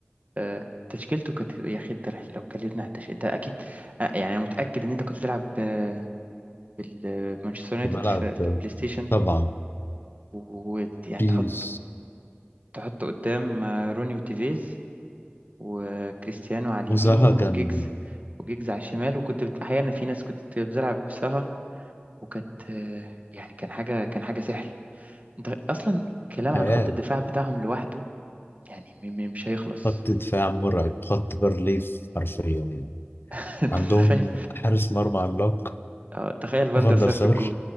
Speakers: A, on the right; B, on the left.
A: آه، تشكيلته كانت يا أخي أنت لو اتكلمنا على التشكيل أنت أكيد آه، يعني أنا متأكد إن أنت كنت بتلعب آه، بال- مانشستر يونايتد
B: كنت بلعب
A: في في
B: آه،
A: البلاي ستيشن
B: طبعا
A: ويعني
B: بيس
A: تحط تحط قدام آه، روني وتيفيز وكريستيانو على اليمين
B: وزها كان
A: وجيجز وجيجز على الشمال وكنت بت- أحيانا في ناس كنت بتلعب بسها وكانت آه، يعني كان حاجة كان حاجة سحر انت اصلا كلام
B: خيال
A: عن خط الدفاع بتاعهم لوحده يعني م- م- مش هيخلص
B: خط دفاع مرعب خط برليف حرفيا يعني
A: <laughs> انت
B: عندهم
A: تخيل
B: حارس مرمى عملاق
A: آه، تخيل فاندر
B: فاندر
A: سار في
B: سار
A: الجون